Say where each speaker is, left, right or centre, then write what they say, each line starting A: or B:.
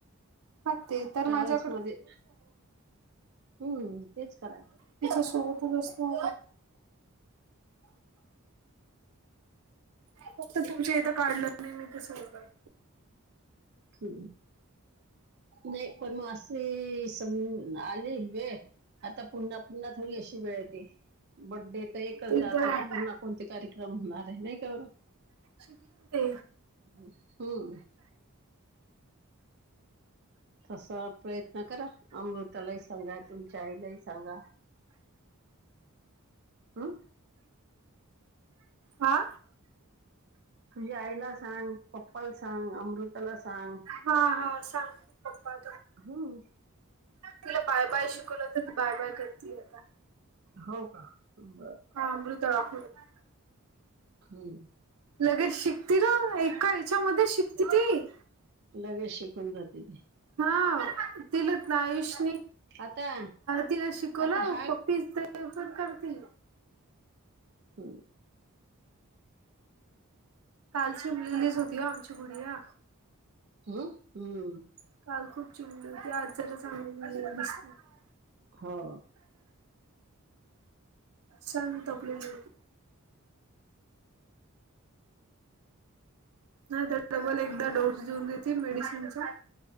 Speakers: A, on the right; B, on the right.
A: <unintelligible> तिच्या
B: ट्रॅव्हल्स मध्ये हम्म तेच करायचं
A: सोबतच असतो. फक्त तुमच्या इथं काढलं नाही. मी इथं सगळं काय.
B: हम, नाही पण मग अस, ते सग आली वेळ आता पुन्हा पुन्हा, थोडी अशी वेळ येती. बर्थडे चा तर एकच
A: ते
B: जातात.
A: तर आहे
B: पुन्हा कोणते कार्यक्रम होणार आहे नाही का ओ,
A: शिकली ते,
B: हम, तस प्रयत्न करा अमृतालाही सांगा, तुमच्या आईलाही सांगा. हम्म
A: हा
B: तुझ्या आईला सांग, पप्पाला सांग, अमृत त्याला सांग,
A: हा हा, सांगते पप्पा
B: हम्म
A: तिला बाय बाय शिकवलं, तर बाय बाय करते. आता
B: हो का, बर
A: <unintelligible>
B: हम्म,
A: लगेच शिकती र एका ह्याच्यामध्ये शिकती ती
B: लगेच शिकून जाते ती,
A: हा, तिलाच ना आयुषनी
B: आता
A: तिला शिकवलं,
B: आता हा
A: पप्पीच ते ते पण करते.
B: हम,
A: कालची रिलीज होती, आमची गुडिया
B: ह हम्म,
A: <unintelligible>
B: हो,
A: शांत झोपलेली होती. हा त्यात डबल, एकदा डोस देऊन घेती मेडिसिनचा